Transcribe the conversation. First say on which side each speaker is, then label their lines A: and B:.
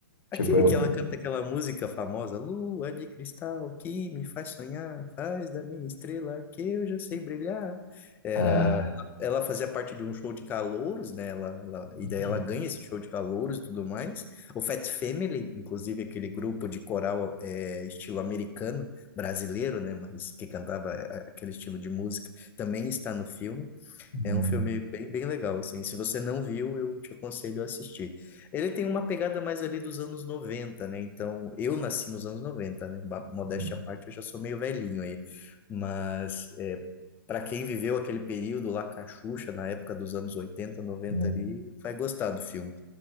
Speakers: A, on the left; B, on the left.
A: Aquele
B: Tipo, eu.
A: que ela canta aquela música famosa, Lua de cristal que me faz sonhar, faz da minha estrela que eu já sei brilhar. Era,
B: ah,
A: ela fazia parte de um show de calouros, né? Ela, ela, e daí ela
B: hum,
A: ganha esse show de calouros e tudo mais. O Fat Family, inclusive aquele grupo de coral é, estilo americano, brasileiro, né? Mas que cantava é, aquele estilo de música, também está no filme.
B: hum,
A: É um filme bem, bem legal, assim. Se você não viu, eu te aconselho a assistir. Ele tem uma pegada mais ali dos anos 90, né? Então, eu nasci nos anos 90, né? Ba- Modéstia
B: hum,
A: à parte, eu já sou meio velhinho aí. Mas, é, para quem viveu aquele período lá com a Xuxa, na época dos anos 80, noventa
B: hum.
A: ali, vai gostar do filme.